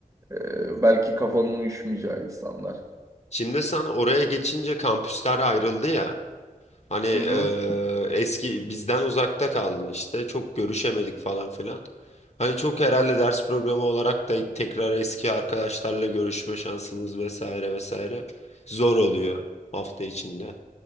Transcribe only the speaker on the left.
Şimdi sen oraya geçince kampüsler ayrıldı ya. Hani eee,
eski bizden uzakta kaldın işte çok görüşemedik falan filan. Hani çok herhalde ders programı olarak da tekrar eski arkadaşlarla görüşme şansımız vesaire vesaire zor oluyor hafta içinde.